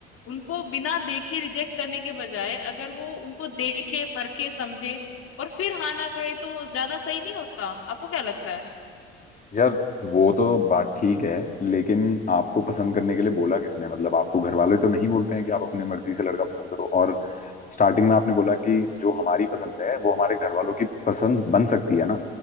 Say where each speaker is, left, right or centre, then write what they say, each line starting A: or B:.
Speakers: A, on the left; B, on the left.
A: उनको बिना देखे रिजेक्ट करने के बजाय अगर वो उनको देखे परखे समझे और फिर हाँ ना कहे तो ज्यादा सही नहीं होता आपको क्या लगता है
B: यार वो तो बात ठीक है लेकिन आपको पसंद करने के लिए बोला किसने मतलब आपको घर वाले तो नहीं बोलते हैं कि आप अपने मर्जी से लड़का पसंद करो और स्टार्टिंग में आपने बोला कि जो हमारी पसंद है वो हमारे घर वालों की पसंद बन सकती है ना